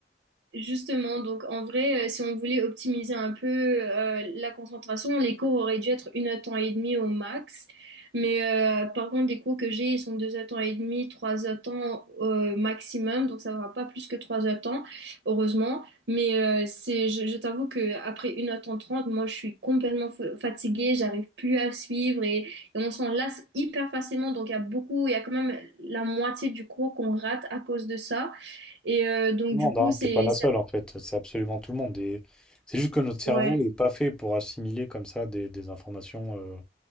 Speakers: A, on the right (about 80°); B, in the centre.
A: Justement, donc en vrai, euh, si on voulait optimiser un peu euh, la concentration, les cours auraient dû être une heure temps et demie au max. Mais euh, par contre, les cours que j'ai, ils sont deux heures temps et demie, trois heures temps euh, maximum, donc ça ne va pas plus que trois heures temps, heureusement. Mais euh, c'est, je, je t'avoue que après une heure temps trente, moi, je suis complètement fa- fatiguée, j'arrive plus à suivre et, et on s'en lasse hyper facilement. Donc il y a beaucoup, il y a quand même la moitié du cours qu'on rate à cause de ça. Et euh, donc
B: tout le
A: du
B: monde,
A: coup,
B: hein.
A: c'est
B: T'es pas la seule en fait, c'est absolument tout le monde. Et c'est juste que notre cerveau
A: Ouais,
B: n'est pas fait pour assimiler comme ça des, des informations euh,